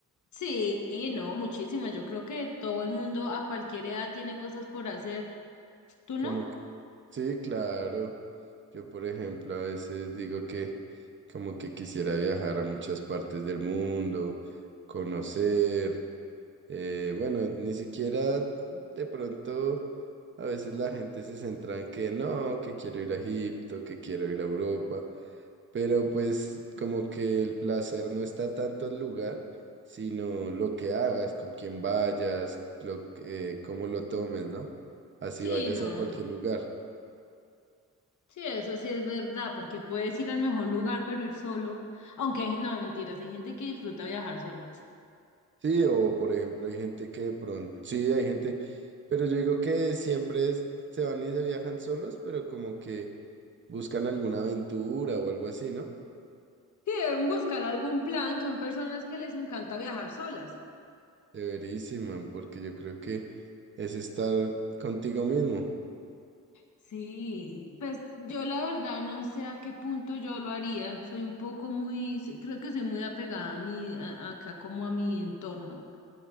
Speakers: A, on the left; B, on the right.
A: Sí, no, muchísimas. Yo creo que todo el mundo a cualquier edad tiene cosas por hacer. ¿Tú
B: Como
A: no?
B: que- Sí, claro. Yo, por ejemplo, a veces digo que como que quisiera viajar a muchas partes del mundo, conocer. Eh, bueno, ni siquiera de pronto a veces la gente se centra en que no, que quiero ir a Egipto, que quiero ir a Europa, pero pues como que el placer no está tanto el lugar, sino lo que hagas, con quién vayas, lo, que- eh, cómo lo tomes, ¿no? Así
A: Sí,
B: vayas
A: no.
B: a cualquier lugar.
A: Sí, eso sí es verdad, porque puedes ir al mejor lugar, pero ir solo. Aunque, hay- no, mentiras, hay gente que disfruta viajar sola.
B: Sí, o por ejemplo hay gente que de pronto, sí, hay gente, pero yo digo que siempre es- se van y se viajan solos, pero como que buscan alguna aventura o algo así, ¿no?
A: Sí, deben buscar algún plan, son personas que les encanta viajar solas.
B: Chéverísimo, porque yo creo que es estar contigo mismo.
A: Sí, pues yo la verdad no sé a qué punto yo lo haría. Soy un poco muy, soy- creo que soy muy apegada a mi, a- acá como a mi entorno.